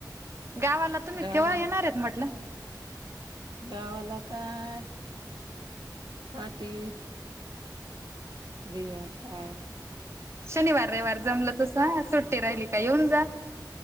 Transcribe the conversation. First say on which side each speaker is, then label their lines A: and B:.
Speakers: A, on the right; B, on the right.
A: गावाला तुम्ही
B: गावा
A: केव्हा येणारेत म्हटलं
B: गावाला काय पाती बी याता
A: शनिवार रविवार जमलं तसं सुट्टी राहिली का येऊन जा